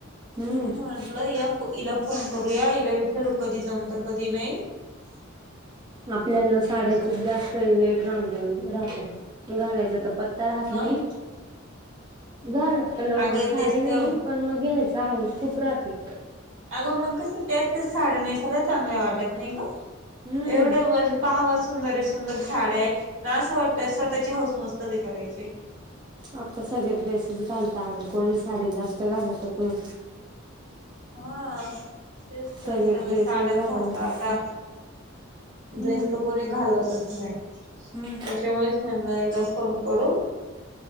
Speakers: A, on the right; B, on the right.
A: हम्म
B: म्हटलं या हिला फोन करू या, हिला विचारू कधी जमत कधी नाही. <unintelligible>
A: आपल्यान साड्याचे
B: असं
A: जास्त रेट राह- राहतात. घालायच तर पत्ता राहात
B: हा
A: नाही, घाल तर लवकर
B: अगे
A: साडी
B: तेच तर
A: नाही पण, मग घ्यायचा हाऊस खूप राहते.
B: अगं मग कसं, त्याच त्याच साड्या नेसायला नाही चांगल्या वाटत नाही का
A: हम्म.
B: एवढं व पहावा सुंदर आहे सुंदर साड्या आहे ना, असं वाटतं स्वतःची हौसमौस कधी करायची.
A: आता सगळे ड्रेसेस घालता अगं, कोणी साडी जास्त घालतचं नाही.
B: हा तेच, तर
A: सगळे
B: सगळ्या
A: ड्रेसेस
B: साड्याच
A: घालायला
B: घालतात
A: बघता.
B: आता.
A: हम्म
B: ड्रेस तर कोणी घालतच नाही, त्यांच्यामुळे
A: हम्म.
B: म्हणलं हिला फोन करू.